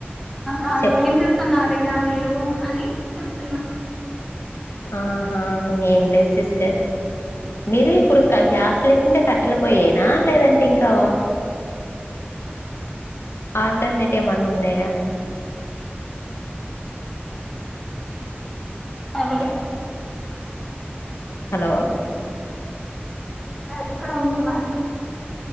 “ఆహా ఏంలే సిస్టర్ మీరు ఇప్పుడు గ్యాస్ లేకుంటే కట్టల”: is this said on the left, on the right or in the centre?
Left